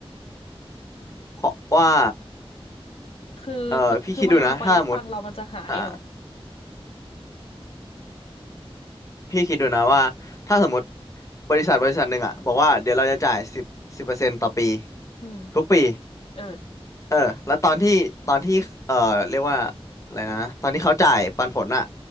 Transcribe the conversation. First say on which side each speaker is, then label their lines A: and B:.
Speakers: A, on the left (about 30°); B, on the left (about 65°).
A: เพราะว่า
B: คือคือคือมันลงไปแล้วตังค์เรามันจะหายเหรอ
A: เออพี่คิดดูนะถ้าสมมติอ่าพี่คิดดูนะว่าถ้าสมมติบริษัทบริษัทหนึ่งอ่ะบอกว่าเดี๋ยวเราจะจ่ายสิบสิบเปอร์เซ็นต์ต่อปี
B: อืม
A: ทุกปี
B: เออ
A: เออแล้วตอนที่ตอนที่เออเรียกว่าอะไรนะตอนที่เขาจ่ายปันผลอ่ะ